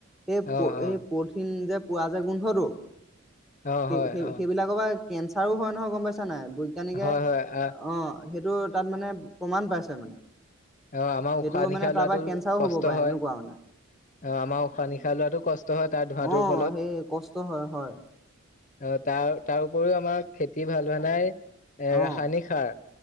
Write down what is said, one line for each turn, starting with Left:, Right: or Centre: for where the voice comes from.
Centre: সেই
Left: অ অ
Centre: এই পলিথিন যে পোৱা যায় গোন্ধটো
Left: অ
Centre: সেই
Left: হয়
Centre: সেই
Left: অ
Centre: সেইবিলাকৰ পৰা কেঞ্চাৰো হয় নহয় গম পাইছা নাই বৈজ্ঞানিকে
Left: হয় হয় আ
Centre: অ সেইটো তাত মানে প্ৰমাণ পাইছে মানে
Left: অ আমাৰ উশাহ
Centre: সেইটো
Left: নিশাহ
Centre: মানে
Left: লোৱাাতটো
Centre: তাৰপৰা কেঞ্চাৰো
Left: কষ্ট
Centre: হ'ব পাৰে
Left: হয়
Centre: এনেকুৱা মানে
Left: আহ আমাৰ উশাহ নিশাহ লোৱাতো কষ্ট হয় তাৰ ধোঁৱটোৰ
Centre: অ
Left: ফলত
Centre: সেই কষ্ট হয় হয়
Left: আহ তাৰ তাৰ উপৰিও আমাৰ খেতি ভাল হোৱা নাই
Centre: অ
Left: ৰাসায়নিক সাৰ